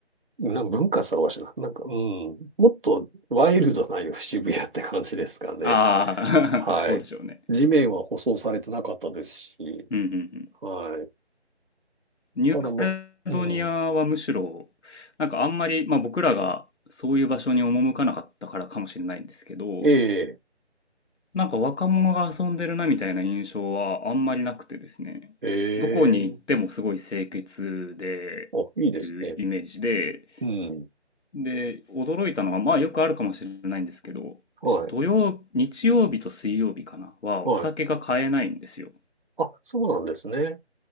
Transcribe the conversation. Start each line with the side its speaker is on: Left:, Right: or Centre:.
Right: なん文化さわしな。なんか、うん。もっとワイルドな渋谷って感じですかね。
Left: ああ、
Right: はい。
Left: <laughs> そうでしょうね。
Right: 地面は舗装されてなかったですし。
Left: うんうんうん。
Right: はい。
Left: ニューカレドニアはむしろ、
Right: ただもう、うん。
Left: なんかあんまり、まあ僕らがそういう場所に赴かなかったからかもしれないんですけど、
Right: ええ、
Left: なんか若者が遊んでるなみたいな印象はあんまりなくてですね、
Right: え
Left: どこに行ってもすごい清潔で、
Right: え。あ、いいですね。
Left: いうイメージで、
Right: うん。
Left: で、驚いたのは、まあよくあるかもしれないんですけど、
Right: はい。
Left: 土曜、日曜日と水曜日かな、はお酒が買えないんですよ。
Right: はい。あ、そうなんですね。